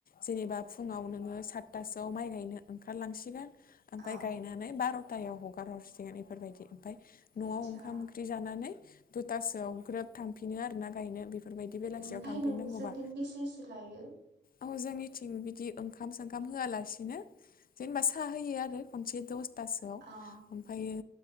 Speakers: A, on the left; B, on the right.
A: जेनेबा फुङाव नोङो सात थासोआव माइ गायनो ओंखारलांसिगोन
B: अ
A: ओमफाय गायनानै बारथायाव हगार हरसिगोन बेफोरबायदि ओमफाय न'आव
B: आदसा
A: ओंखाम ओंख्रि जानानै दुथासोआव ग्रोब थांफिनो आरोना। <unintelligible> बेफोरबायदि बेलासेआव
B: ओमफ्राय
A: थांफिन
B: नोंसोरनिथिं
A: नांगौबा
B: बेसेसो लायो
A: औ जोंनिथिं बिदि ओंखाम सोंखाम होआलासिनो जेनेबा साहा होयो आरो खनसे दस तासोआव
B: अ
A: ओमफ्रायो